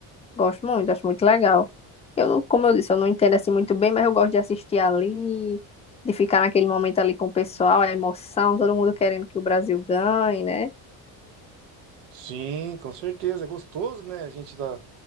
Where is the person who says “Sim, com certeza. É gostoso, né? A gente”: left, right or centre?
Right